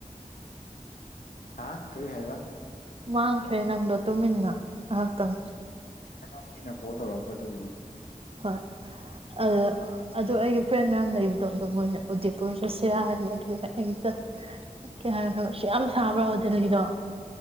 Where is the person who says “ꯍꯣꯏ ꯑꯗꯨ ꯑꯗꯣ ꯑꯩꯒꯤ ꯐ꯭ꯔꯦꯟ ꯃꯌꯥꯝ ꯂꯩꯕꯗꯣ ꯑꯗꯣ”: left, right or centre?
Right